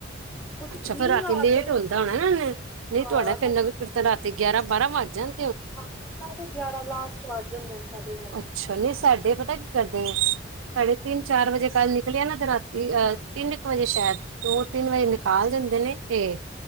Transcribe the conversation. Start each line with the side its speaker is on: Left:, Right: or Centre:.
Centre: ਕੁਛ
Right: ਅੱਛਾ
Centre: ਮੀਂਹ
Right: ਫੇਰ ਰਾਤੀ
Centre: ਆ
Right: ਲੇਟ
Centre: ਜਾਏ
Right: ਹੁੰਦਾ ਹੋਣਾ ਨਾ ਨਹੀ
Centre: ਹਾਂ
Right: ਤੁਹਾਡਾ ਫਿਰ
Centre: ਰਾਤੀ
Right: ਨਗਰ ਕਿਰਤ ਰਾਤੀ ਗਿਆਰਾਂ ਬਾਰਾਂ ਵੱਜ ਜਾਂਣ
Centre: ਹਾਂ ਸਾਢੇ ਗਿਆਰਾਂ ਲਾਸਟ ਵੱਧ ਜਾਂਦੇ ਨੇ ਸਾਢੇ ਗਿਆਰਾਂ
Right: ਅੱਛਾ ਨਹੀਂ ਸਾਡੇ ਪਤਾ ਕੀ ਕਰਦੇ- ਸਾਢੇ ਤੀਨ ਚਾਰ ਵਜੇ ਕੱਲ ਨ ਕਲਿਆ ਨਾ ਜ ਰਾਤੀ ਅ ਤਿੰਨ ਇੱਕ ਵਜੇ ਸ਼ਾਇਦ ਦੋ ਤਿੰਨ ਵਜੇ ਨਿਕ ਕਾਲ ਦਿੰਦੇ ਨੇ ਤੇ